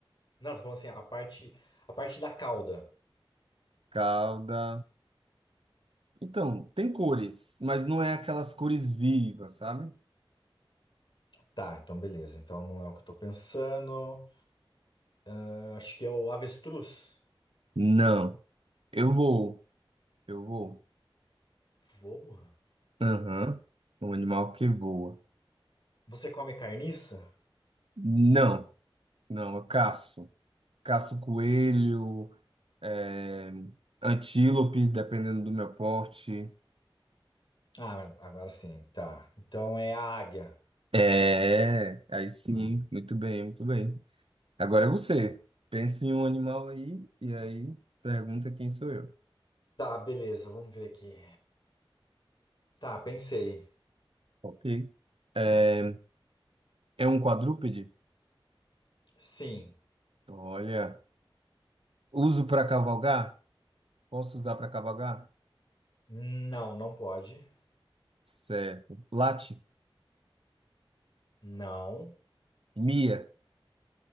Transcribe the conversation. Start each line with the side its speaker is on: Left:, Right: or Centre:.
Left: Não, tô falando assim, a parte, a parte da cauda.
Right: Cauda. Então, tem cores, mas não é aquelas cores vivas, sabe?
Left: Tá, então beleza. Então não é o que eu tô pensando. Ah, Acho que é o avestruz.
Right: Não. Eu vou. Eu vou.
Left: Voa?
Right: Aham. Um animal que voa.
Left: Você come carniça?
Right: Não, não, eu caço. Caço coelho, é, antílope, dependendo do meu porte.
Left: Ah, mas agora sim. Tá. Então é a águia.
Right: É, aí sim,
Left: Ah,
Right: muito bem, muito bem. Agora é você. pense em um animal aí e aí pergunta quem sou eu.
Left: Tá, beleza. Vamos ver aqui. Tá, pensei.
Right: Ok. É é um quadrúpede?
Left: Sim.
Right: Olha. Uso para cavalgar? Posso usar para cavalgar?
Left: Não, não pode.
Right: Certo. Late?
Left: Não.
Right: Mia?